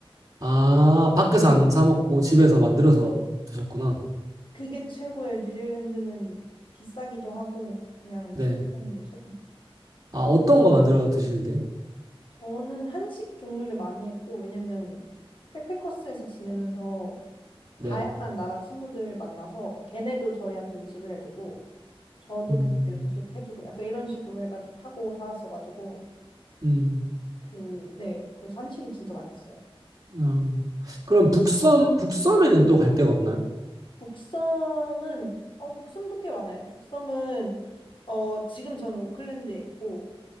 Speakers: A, on the right; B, on the left.
A: 아, 밖에서 안 사 먹고 집에서 만들어서 드셨구나.
B: 그게 최고예요. 뉴질랜드는 비싸기도 하고 그냥
A: 네.
B: 집에서 먹는 게 최고.
A: 아, 어떤 거 만들어 드시는데요?
B: 저는 한식 종류를 많이 했고 왜냐면 백패커스에서 지내면서
A: 네.
B: 다양한 나라 친구들 만나서 걔네도 저희한테 음식을 해주고 저도
A: 음,
B: 걔네들 음식 해주고 약간 이런 식으로 해가지고 하고 살았어가지고
A: 음,
B: 그 네 그래서 한식을 진짜 많이 했어요.
A: 아. 그럼 북섬, 북섬에는 또 갈 데가 없나요?
B: 북섬은 어 북섬도 꽤 많아요. 북섬은 어 지금 저는 오클랜드에 있고